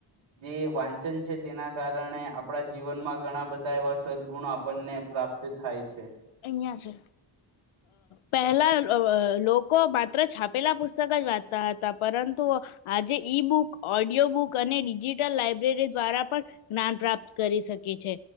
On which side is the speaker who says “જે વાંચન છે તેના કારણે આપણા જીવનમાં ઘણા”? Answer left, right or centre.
Right